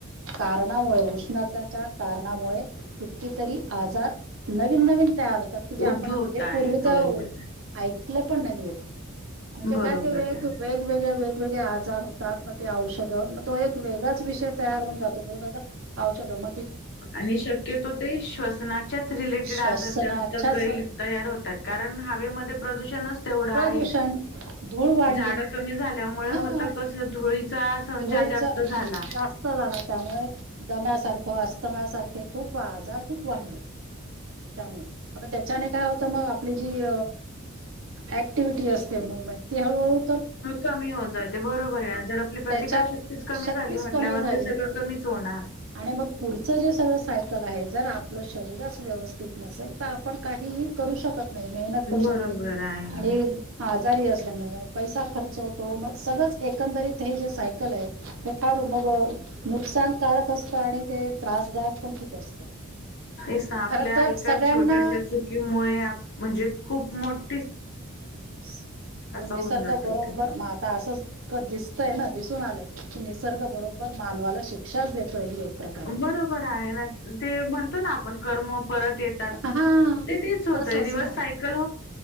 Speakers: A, on the right; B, on the left.
A: कारणामुळे उष्णता त्याच्या कारणामुळे कितीतरी आजार नवीन नवीन तयार होतात की जे आपण
B: उद्भवताय
A: आपले पूर्वीचा
B: बरोबर आहे
A: ऐकलं पण नाही य म्हणजे
B: बरोबर
A: काय ते वेग,
B: आहे.
A: वेग वेगवेगळे वेगवेगळे आजार होतात मग ते औषधं मग तो एक वेगळाच विषय तयार होऊन जातो. औषध म
B: आणि शक्यतो ते श्वसनाच्याच रिलेटेड
A: श्वसनाच्याच
B: आजार जास्त काही तयार होतात कारण हवेमध्ये प्रदूषणच तेवढ
A: प्रदूषण
B: आहे
A: धूळ वाढली
B: झाड कमी झाल्यामुळे
A: हा
B: होत कस धुळीचा संचार
A: धुळीच
B: जास्त झाला.
A: जास्त झाला त्यामुळे दम्यासारखं अस्तम्यासारखे खूप आजार खूप वाढलेत. त्यामुळे त्याने काय होतं मग आपली जी ऍक्टिव्हटी असते मुवमेंट ती हळू
B: कमी होत जात. ते बरोबर आहे जर आपली
A: त्याच्या
B: प्रतिकारशक्तीच कमी
A: शक्तीच
B: झाली म्हटल्यावर
A: कमी झाली
B: ते सगळं कमीच होणार.
A: आणि मग पुढच जे सगळं सायकल आहे जर आपलं शरीरच व्यवस्थित नसेल. आपण काहीही करू शकत नाही. मेहनत करू शकत
B: बरोबर
A: नाही
B: आहे
A: आणि आजारी असल्यामुळे पैसा खर्च होतो मग सगळंच एकंदरीत हे जे सायकल आहे. हे मग नुकसानकारक असतं आणि ते त्रासदायक पण खूप असतं.
B: स ना आपल्या
A: खर तर
B: एका
A: सगळ्यांना
B: छोट्याश्या चुकीमुळे म्हणजे खूप मोठ
A: तो निसर्ग
B: होऊन जातं
A: बरोबर
B: ते.
A: मग आता असं दिसतय ना दिसून आले निसर्ग बरोबर मानवाला शिक्षाच देतो ही एक प्रकारे
B: बरोबर आहे. ना ते म्हणतो ना आपण कर्म परत येतात.
A: हा
B: ते तेच होतं
A: तस अस
B: रिव्हर्स
A: ना
B: साईड